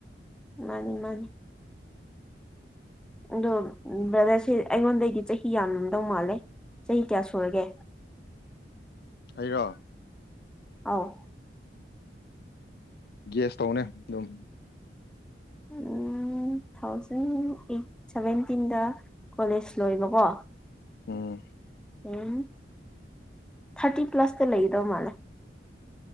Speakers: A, in the centre; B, on the left.
A: ꯃꯥꯅꯤ ꯃꯥꯅꯤ ꯑꯗꯨ ꯃꯕꯗꯁꯤ ꯑꯩꯉꯣꯟꯗꯩꯗꯤ ꯆꯍꯤ ꯌꯥꯝꯝꯗꯧ ꯃꯥꯜꯂꯦ ꯆꯍꯤ ꯀꯌꯥ ꯁꯨꯔꯒꯦ
B: ꯑꯩꯔꯣ
A: ꯑꯥꯎ
B: ꯒꯦꯁꯇꯧꯅꯦ ꯑꯗꯨꯝ
A: ꯎꯝ ꯇꯨ ꯊꯥꯎꯖꯟ ꯑꯩꯠ ꯁꯚꯦꯟꯇꯤꯟꯗ ꯀꯣꯂꯦꯖ ꯂꯣꯏꯕꯀꯣ
B: ꯎꯝ
A: ꯎꯝ ꯊꯥꯔꯇꯤ ꯄ꯭ꯂꯁꯇ ꯂꯩꯒꯗꯧ ꯃꯥꯜꯂꯦ